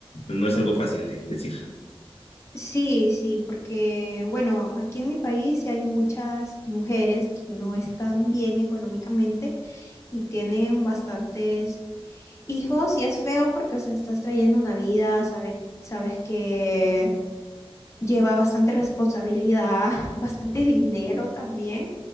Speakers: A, on the left (about 80°); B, on the left (about 30°).
A: no es algo fácil de decir.
B: Sí, sí, porque bueno, aquí en mi país sí hay muchas mujeres que no están bien económicamente y tienen bastantes hijos y es feo porque, o sea, estás trayendo una vida, sabes, sabes que lleva bastante responsabilidad, <laughs> bastante dinero también.